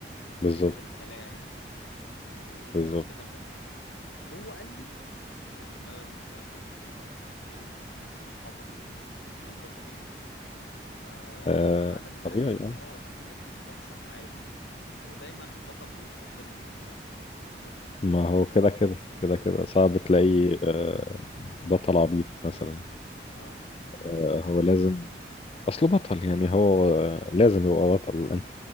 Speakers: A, on the left; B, on the left.
A: وتنزل
B: بالظبط
A: كلاعب وكلام
B: بالظبط
A: كده غريب هو قال لي يعني انا لما سألته قلت ايه ده يعني ايه ال- إيه العبط ده هل ده طبيعي فقال
B: آه
A: لي في عالم الانمي
B: طبيعي اه
A: اه الحاجات دي بتحصل عادي ودايما البطل بيتطبل له في المسلسل والانمي
B: ما هو كده كده كده كده صعب
A: اهي
B: تلاقي آه بطل عبيط مثلا
A: اه
B: آه هو لازم أصله بطل يعني هو آه، لازم يبقى بطل أنت